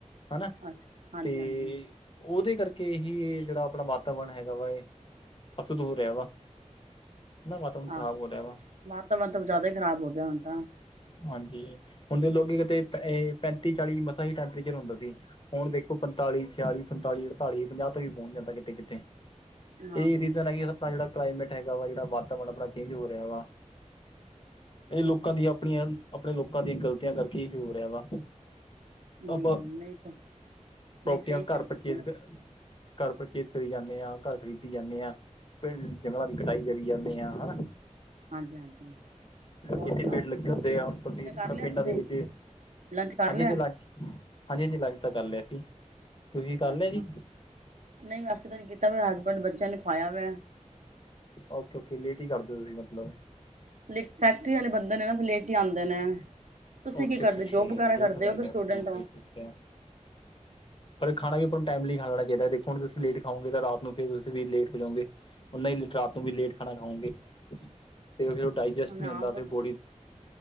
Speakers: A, on the left (about 45°); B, on the right (about 70°).
A: ਹਨਾ
B: ਅੱਛਾ ਹਾਂਜੀ
A: ਤੇ
B: ਹਾਂਜੀ
A: ਉਹਦੇ ਕਰਕੇ ਹੀ, ਜਿਹੜਾ ਆਪਣਾ ਵਾਤਾਵਰਨ ਹੈਗਾ ਵਾ ਇਹ- ਅਸਲ ਹੋ ਰਿਹਾ ਵਾ, ਵਾਤਾਵਰਨ ਖ਼ਰਾਬ
B: ਆਹੋ
A: ਹੋ ਰਿਹਾ ਵਾ
B: ਵਾਤਾਵਰਨ ਤਾਂ ਜ਼ਿਆਦਾ ਹੀ, ਖ਼ਰਾਬ ਹੋ ਗਿਆ ਹੁਣ ਤਾਂ
A: ਹਾਂਜੀ, ਹੁਣਦੇ ਲੋਕ ਕਿਤੇ ਇਹ ਪੈਂਤੀ ਚਾਲੀ ਮਸਾਂ ਹੀ ਟੈਂਪਰੇਚਰ ਹੁੰਦਾ ਸੀ। ਹੁਣ ਦੇਖੋ, ਪੰਤਾਲੀ, ਛਿਆਲੀ, ਸੰਤਾਲੀ, ਅੜਤਾਲੀ, ਪੰਜਾਹ ਤੇ ਵੀ, ਪਹੁੰਚ ਜਾਂਦਾ ਕਿਤੇ ਕਿਤੇ ਇਹਹੀ
B: ਆਹੋ
A: ਰੀਜ਼ਨ ਹੈ ਕਿ, ਆਪਣਾ ਜਿਹੜਾ ਕਲਾਈਮੇਟ ਹੈਗਾ ਵਾ, ਜਿਹੜਾ ਵਾਤਾਵਰਨ ਚੇਜ ਹੋ ਰਿਹਾ ਵਾ ਇਹ ਲੋਕਾਂ ਦੀਆਂ ਆਪਣੀਆਂ, ਆਪਣੇ ਲੋਕਾਂ ਦੀਆਂ ਗ਼ਲਤੀਆਂ, ਕਰਕੇ ਹੀ ਹੋ ਰਿਹਾ ਵਾ
B: ਹਮ
A: ਆਪਾਂ,
B: ਨਹੀਂ ਤਾਂ
A: ਪ੍ਰੋਪਰਟੀਆਂ
B: ਨਹੀਂ ਸਹੀ ਕਿਹਾ
A: ਘਰ ਪਰਚੇਜ਼
B: ਤੁਸੀਂ
A: ਕਿ ਘਰ ਪਰਚੇਜ਼ ਕਰੀ ਜਾਂਦੇ ਹਾਂ, ਘਰ ਖਰੀਦੀ ਜਾਂਦੇ ਹਾਂ, ਪਿੰਡ ਜੰਗਲਾਂ ਦੀ ਕਟਾਈ ਕਰੀ ਜਾਂਦੇ ਹਾਂ ਹਨਾ।
B: ਹਾਂਜੀ- ਹਾਂਜੀ। ਹੋਰ
A: ਜਿੱਥੇ
B: ਸੁਣਾਓ
A: ਪੇੜ ਲੱਗੇ ਹੁੰਦੇ ਆ, ਹੁਣ ਤੁਸੀਂ ਦੇ
B: ਕਰ ਲਿਆ
A: ਪਿੰਡਾਂ
B: ਤੁਸੀਂ
A: ਦੇ ਵਿੱਚ
B: ਲੰਚ ਕਰ
A: ਅਜੇ
B: ਲਿਆ
A: ਤੇ ਲਾਚ ਹਾਲੇ ਨਿ ਲੰਚ ਤਾਂ ਕਰ ਲਿਆ ਸੀ ਤੁਸੀਂ ਕਰ
B: ਅੱਛਾ,
A: ਲਿਆ ਜੀ
B: ਨਹੀਂ ਵੈਸੇ ਤਾਂ ਨੀ ਕੀਤਾ, ਬ ਹਸਬੈਂਡ ਬੱਚਿਆਂ ਨੂੰ ਖਾਇਆ ਵੈ।
A: ਓਕੇ- ਓਕੇ ਲੇਟ ਹੀ ਕਰਦੇ ਹੋ ਤੁਸੀਂ ਮਤਲਬ
B: ਲੇ ਫੈਕਟਰੀ ਵਾਲੇ ਬੰਦੇ ਨੇ, ਨਾ ਲੇਟ ਹੀ ਆਉਂਦੇ ਨੇ, ਤੁਸੀਂ
A: ਓਕੇ,
B: ਕੀ ਕਰਦੇ
A: ਓਕੇ
B: ਜੋਬ ਵਗੈਰਾ
A: ਲੇਟ
B: ਕਰਦੇ
A: ਹੋ ਜਾਂਦੇ
B: ਕਿ ਸਟੂਡੈਂਟ
A: ਹੋ ਠੀਕ ਹੈ ਠੀਕ ਹੈ ਪਰ ਖਾਣਾ ਵੀ ਆਪਾਂ ਨੂੰ ਟਾਈਮਲੀ ਖਾੈਣਾ ਚਾਹੀਦਾ, ਦੇਖੋ ਹੁਣ ਤੁਸੀ ਲੇਟ ਖਾਓਗੇ ਤਾਂ, ਰਾਤ ਨੂੰ ਫਿਰ ਤੁਸੀਂ ਵੀ ਲੇਟ ਹੋ ਜਾਓਗੇ। ਓਹਨਾ ਹੀ ਰਾਤ ਨੂੰ ਵੀ ਲੇਟ ਖਾਣਾ ਖਾਓਗੇ? ਤੇ ਫਿਰ ਉਹ, ਡਾਈਜੈਸਟ
B: ਮੈਂ
A: ਨਹੀਂ
B: ਆਪ
A: ਹੁੰਦਾ ਫਿਰ ਬੋਡੀ